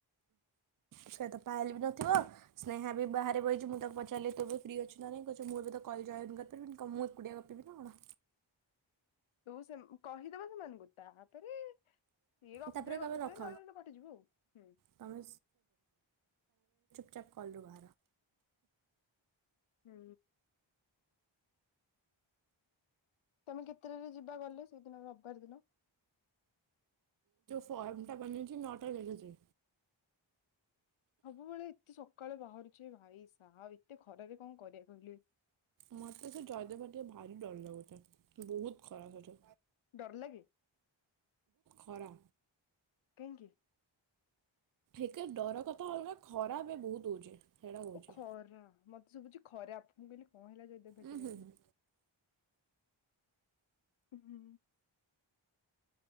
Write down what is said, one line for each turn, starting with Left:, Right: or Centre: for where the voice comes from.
Right: ସେ ତ ପାଇଲେ ବି ନଥିବ। ସ୍ନେହା ବି ବାହାରେ ବହିଛି ମୁଁ ତାକୁ ପଚାରିଲି ତୁ ବି ଫ୍ରି ଅଛି ନାହିଁ କଛ ମୁଁ ଏବେ ତ କଲଜନ କରିପାରିବିନି ମୁଁ ଏକୁଡିଆ କପିବି ନା କଣ?
Left: ତୁ ସେ କହି ସେମାନଙ୍କୁ ତା ତାପରେ ସଏ ଗପଥିବେ
Right: ତାପରେ କହିବେ
Left: ଗପଥିବେ
Right: ରଖ
Left: ନ ନଲେ ପଟିଯିବୁ ଆଉ ହୁଁ।
Right: ତମେ ଚ କଲବା।
Left: ହୁଁ। ତମେ କେତେଟାରେ ଯିବା ଗଲେ ସେଇଦିନ ରବିବାର ଦିନ।
Right: ପଟା ବନ୍ଧଛି ନଅଟା ବଖଛି।
Left: ସବୁବେଳେ ଏତେ ସକାଳେ ବାହାରୁଛେ ଭାଇ ସାହା ଏତେ ଖରାରେ କଣ କରିବା କହିଲି।
Right: ମୋତେ ସେ ଜୟଦେବ ଭାଟିକା ଭାରି ଡର ଲଗୁଛ। ବହୁତ ଖରା ବହୁତ
Left: ଡର ଲାଗେ
Right: ଖରା।
Left: କାହିଁକି
Right: ଏକେ ଡର କଥା ହେଲ ନା ଖରା ଏ ବହୁତ ହଉଛି। ସେଇଟା କହୁଛି।
Left: ଓ ଖରା ମତେ ଶୁଭୁଛି ଖରା ଆପଣଙ୍କୁ ବୋଲି କଣ ହେଲା ଯଦ ଭେଟିକ
Right: ଉଁ ହୁଁ
Left: ଏମିତି
Right: ହୁଁ
Left: ହୁଁ।